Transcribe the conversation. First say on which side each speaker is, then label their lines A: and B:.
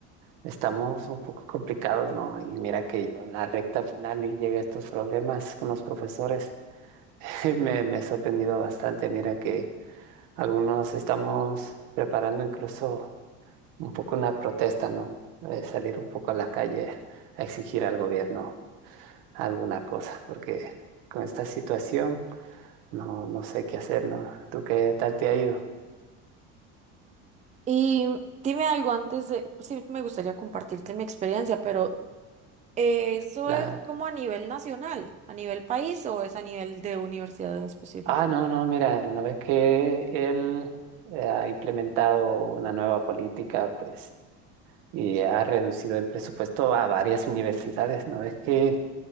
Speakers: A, on the right (about 70°); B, on the right (about 20°).
A: estamos un poco complicados, ¿no? Y mira que yo en la recta final y llega estos problemas con los profesores. <laughs> Me, me he sorprendido bastante. Mira que algunos estamos preparando incluso un poco una protesta, ¿no? Eh, salir un poco a la calle a exigir al gobierno alguna cosa, porque con esta situación no, no sé qué hacer, ¿no? ¿Tú qué tal te ha ido?
B: Y dime algo antes de, sí, me gustaría compartirte mi experiencia, pero eh, ¿eso
A: Claro.
B: es como a nivel nacional, a nivel país o es a nivel de universidad en específico?
A: Ah, no, no, mira, ¿no ves que él eh, ha implementado una nueva política, pues, y ha reducido el presupuesto a varias universidades? ¿No ves que...